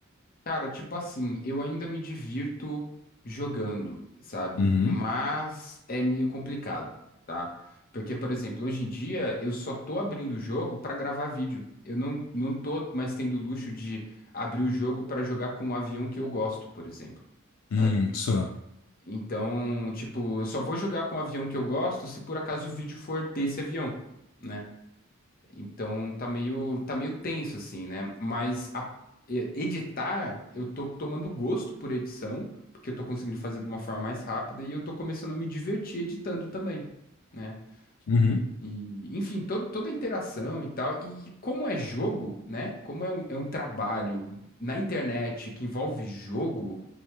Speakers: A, on the left; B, on the left.
A: Cara, tipo assim, eu ainda me divirto jogando, sabe?
B: Uhum.
A: Mas é meio complicado, tá? Porque, por exemplo, hoje em dia eu só tô abrindo o jogo pra gravar vídeo. Eu não, não tô mais tendo o luxo de abrir o jogo pra jogar com um avião que eu gosto, por exemplo, sabe?
B: Hum, só.
A: Então, tipo, eu só vou jogar com o avião que eu gosto se por acaso o vídeo for desse avião. né? Então tá meio, tá meio tenso assim, né? Mas a- e- editar, eu tô tomando gosto por edição, porque eu tô conseguindo fazer de uma forma mais rápida e eu tô começando a me divertir editando também, né?
B: Uhum.
A: E, enfim, todo, toda a interação e tal. E como é jogo, né? Como é um, é um trabalho na internet que envolve jogo,